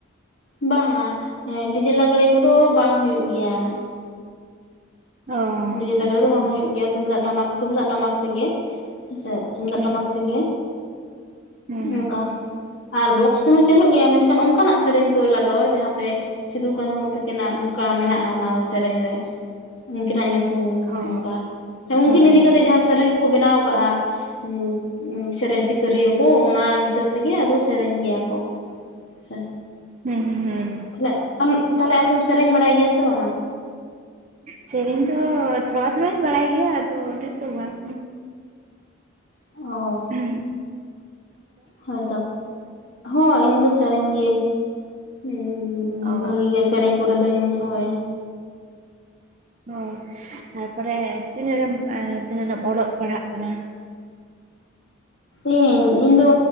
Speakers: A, on the left; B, on the right.
A: ᱵᱟᱝᱼᱟ, ᱰᱤᱡᱮ ᱞᱟᱜᱽᱬᱮ ᱠᱚᱫᱚ ᱵᱟᱝ ᱦᱩᱭᱩᱜ ᱜᱮᱭᱟ ᱾
B: ᱚ
A: ᱰᱮᱡᱮ ᱞᱟᱜᱲᱮ
B: ᱟᱪᱪᱷᱟ
A: ᱫᱚ
B: ᱟᱪᱪᱷᱟ
A: ᱵᱟᱝ ᱦᱩᱭᱩᱜ ᱜᱮᱭᱟ, ᱛᱩᱢᱫᱟᱜ ᱴᱟᱢᱟᱠ, ᱛᱩᱢᱫᱟᱜ ᱴᱟᱢᱟᱠ ᱛᱮᱜᱮ, ᱦᱮᱸᱥᱮ ᱛᱩᱢᱫᱟᱜ
B: ᱦᱩᱸ
A: ᱴᱟᱢᱟᱠ ᱛᱮᱜᱮ,
B: ᱦᱩᱸ
A: ᱚᱝᱠᱟ, ᱟᱨ ᱵᱚᱠᱥ ᱛᱮᱦᱚᱸ ᱪᱟᱹᱞᱩᱜ ᱜᱮᱭᱟ ᱢᱮᱱᱠᱷᱟᱱ ᱚᱝᱠᱟᱱᱟᱜ ᱥᱮᱨᱮᱧ ᱠᱚ ᱞᱟᱜᱟᱣᱟ ᱡᱟᱦᱟᱸᱛᱮ ᱥᱤᱫᱩ ᱠᱟᱹᱱᱦᱩ ᱛᱟᱹᱠᱤᱱᱟᱜ ᱚᱝᱠᱟ ᱢᱮᱱᱟᱜᱼᱟ ᱚᱱᱟ ᱥᱮᱨᱮᱧ ᱨᱮ᱾ ᱩᱱᱠᱤᱱᱟᱜ ᱧᱩᱛᱩᱢ
B: ᱚ
A: ᱚᱝᱠᱟ, ᱦᱮᱸ ᱩᱱᱠᱤᱱ
B: ᱚ
A: ᱤᱫᱤ ᱠᱟᱛᱮᱜ ᱡᱟᱦᱟᱸ ᱥᱮᱨᱮᱧ ᱠᱚᱠᱚ ᱵᱮᱱᱟᱣ ᱠᱟᱜ-ᱟ <inaudible> ᱥᱮᱨᱮᱧ ᱥᱤᱠᱟᱹᱨᱤᱭᱟᱹ ᱠᱚ ᱚᱱᱟ ᱦᱤᱥᱟᱹᱵ ᱛᱮᱜᱮ ᱟᱫᱚ ᱥᱮᱨᱮᱧ ᱜᱮᱭᱟ ᱠᱚ᱾ <inaudible>
B: ᱦᱩᱸ ᱦᱩᱸ
A: ᱛᱟᱦᱚᱞᱮ ᱟᱢ, ᱛᱟᱞᱚᱦᱮ ᱟᱢ ᱫᱚᱢ ᱥᱮᱨᱮᱧ ᱵᱟᱲᱟᱭ ᱜᱮᱭᱟ ᱥᱮ ᱵᱟᱝᱟ?
B: ᱥᱮᱨᱮᱧ ᱫᱚ ᱛᱷᱚᱲᱟ ᱛᱷᱚᱲᱟᱧ ᱵᱟᱲᱟᱭ ᱜᱮᱭᱟ ᱟᱫᱚ ᱩᱱᱟᱹᱜ ᱫᱚ ᱵᱟᱝ᱾
A: ᱚ᱾
B: ᱦᱩᱸ᱾
A: ᱦᱳᱭᱛᱚ, ᱦᱚᱸ ᱤᱧ ᱫᱚ ᱥᱮᱨᱮᱧ ᱜᱤᱭᱟᱹᱧ᱾ ᱦᱩᱸ,
B: ᱚ
A: ᱵᱷᱟᱜᱤ ᱜᱮ ᱥᱮᱨᱮᱧ ᱠᱚᱨᱮ ᱫᱩᱧ ᱦᱳᱭ᱾
B: ᱚ, ᱛᱟᱨᱯᱚᱨᱮ ᱛᱤᱱᱟᱹᱜ ᱨᱮᱢ ᱛᱤᱱᱟᱹᱢ ᱨᱮᱢ ᱚᱞᱚᱜ ᱯᱟᱲᱦᱟᱜ ᱠᱟᱱᱟ?
A: ᱤᱧ, ᱤᱧ ᱫᱚ